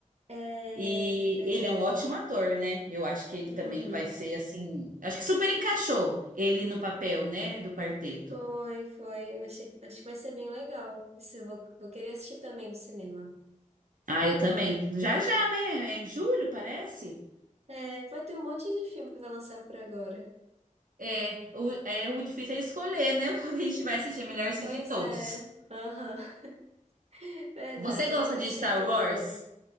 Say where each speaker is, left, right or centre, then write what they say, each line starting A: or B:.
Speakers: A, on the right (about 50°); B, on the right (about 80°).
A: É,
B: E
A: pois
B: ele
A: é.
B: é um ótimo ator, né? Eu acho que ele
A: Uhum.
B: também vai ser assim. Acho que super encaixou ele no papel, né? Do quarteto.
A: Foi, foi. Eu achei, acho que vai ser bem legal. isso Eu vou, vou querer assistir também no cinema.
B: Ah, eu também. Já já, né? É em julho, parece.
A: É, vai ter um monte de filme que vai lançar por agora.
B: É, o, é, o difícil é escolher, né? <laughs> O que a gente vai assistir. É melhor assistir
A: Pois
B: todos.
A: é. Aham. <laughs> Verdade,
B: Você gosta
A: tem que
B: de
A: assistir
B: Star
A: tudo
B: Wars?
A: logo.